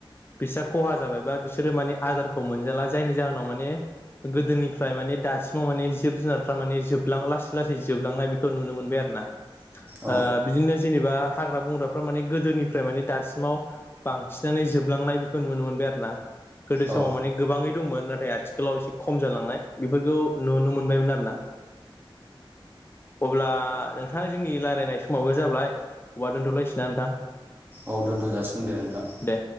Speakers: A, on the left; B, on the right.
A: बिस्रा खहा जाबायबा बिसोरो माने आदारखौ मोनजाला जायनि जाहोनाव माने गोदोनि फ्राय माने दासिमाव माने जिब-जुनारफ्रा माने जोबलां लासै लासै जोबलांनाय बेखौ नुनो मोनबाय आरो ना।
B: औ
A: ओ बिदिनो जेनेबा हाग्रा बंग्राफ्रा माने गोदोनिफ्राय माने दासिमाव बांसिनानो जोबलांनाय बेखौ नुनो मोनबाय आरो ना। गोदो समाव
B: औ
A: माने गोबाङै दंमोन नाथाय आथिखालाव एसे खम जालांनाय बेफोरखौ नुनो मोनबायमोन आरो ना। अब्ला नोंथां जोंनि रायलायनाय समावबो जाबाय अब्ला दोन्थ'लायसैना नोंथां?
B: औ दोन्थ' जासिगोन दे नोंथां।
A: दे